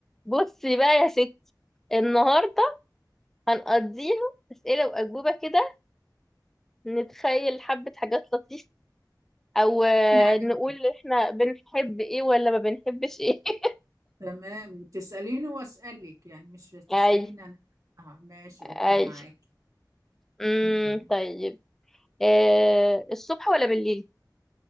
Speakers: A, in the centre; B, on the right.
A: بصي بقى يا ستي النهارده هنقضيها اسئله واجوبه كده نتخيل حبه حاجات لطيفه او آه،
B: يعني
A: نقول احنا بنحب ايه ولا ما بنحبش ايه <laughs>
B: تمام تسأليني وأسألك يعني مش تسأليني
A: اي
B: أنا آه ماشي
A: اي
B: أوكي معاك
A: امم
B: م-
A: طيب آه الصبح ولا بالليل